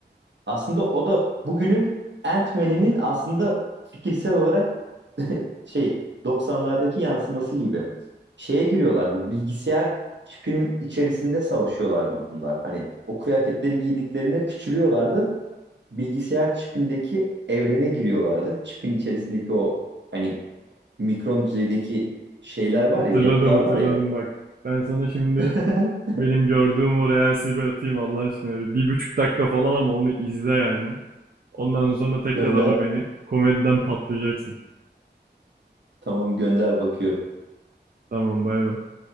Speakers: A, on the right; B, on the right.
A: aslında o da bugünün Ant-Man'inin aslında fikirsel olarak şey 90'lardaki yansıması gibi. Şeye giriyorlardı bilgisayar çipinin içerisinde savaşıyorlardı bunlar. Hani o kıyafetleri giydiklerinde küçülüyorlardı. Bilgisayar çipindeki evrene giriyorlardı. Çipin içerisindeki o hani mikron düzeydeki şeyler var
B: Hatırladım
A: ya yapılar
B: hatırladım
A: var ya
B: bak. Ben sana şimdi
A: <laughs>
B: benim gördüğüm o Reels'i bir atayım Allah aşkına. Bir, bir buçuk dakika falan ama onu izle yani. Ondan sonra tekrar
A: Gönder.
B: ara beni. Komediden patlayacaksın.
A: Tamam gönder bakıyorum.
B: Tamam bay bay.